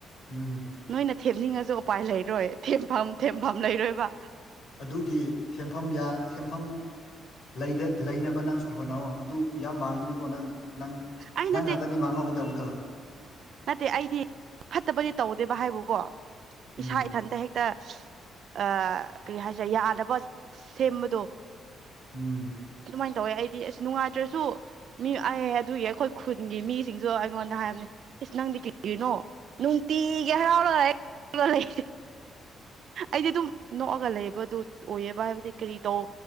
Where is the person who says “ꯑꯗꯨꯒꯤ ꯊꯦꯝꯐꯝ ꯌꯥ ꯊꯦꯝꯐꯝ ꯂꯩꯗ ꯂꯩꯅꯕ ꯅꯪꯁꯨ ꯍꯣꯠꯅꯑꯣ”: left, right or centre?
Left